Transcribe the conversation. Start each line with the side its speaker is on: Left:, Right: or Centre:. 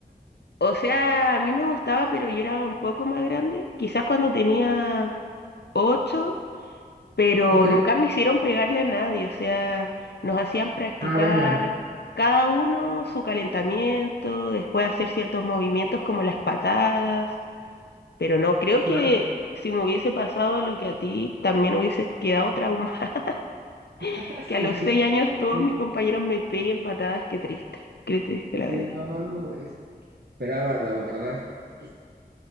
Left: O sea, a mí me gustaba, pero yo era un poco más grande, quizás cuando tenía ocho, pero
Right: Ok.
Left: nunca me hicieron pegarle a nadie, o sea, nos hacían practicar
Right: Ah, venga,
Left: cada uno su calentamiento, después hacer ciertos movimientos como las patadas, pero no, creo
Right: claro.
Left: que si me hubiese pasado lo que a ti, también hubiese quedado traumada,
Right: <laughs>
Left: <laughs> que a los
Right: Sí,
Left: seis años todos
Right: sí,
Left: mis compañeros me peguen patadas, qué triste, qué triste
Right: sí,
Left: la verdad.
Right: no, no lo esperaba, la verdad. Y